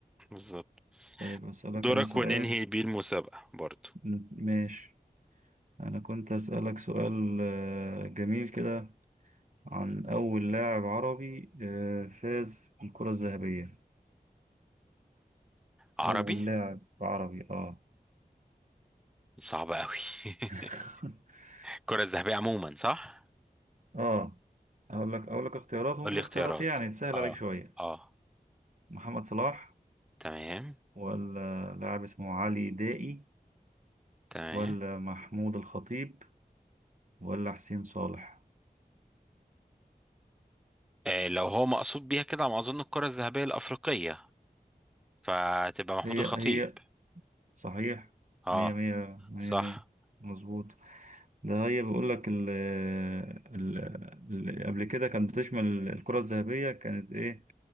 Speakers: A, in the centre; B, on the right.
A: بالظبط
B: طيب أسألك
A: دورك
B: أنا سؤال
A: وننهي بيه المسابقة برضو
B: مم. ماشي أنا كنت أسألك سؤال آه، جميل كده عن أول لاعب عربي آه، فاز بالكرة الذهبية
A: عربي
B: أول لاعب عربي آه
A: صعب قوي <laughs>
B: <laughs>
A: الكرة الذهبية عموما صح
B: آه أقول لك أقول لك اختيارات ممكن
A: قول لي
B: الاختيارات
A: اختيارات
B: يعني تسهل
A: اه
B: عليك شوية
A: اه
B: محمد صلاح
A: تمام
B: ولا لاعب اسمه علي دائي
A: تمام
B: ولا محمود الخطيب ولا حسين صالح
A: آه لو هو مقصود بيها كده على ما اظن الكرة الذهبية الأفريقية فتبقى محمود
B: هي
A: الخطيب
B: هي صحيح
A: اه
B: مية مية مية
A: صح
B: مية مظبوط ده هي بيقول لك ال ال ال- قبل كده كانت بتشمل الكرة الذهبية كانت ايه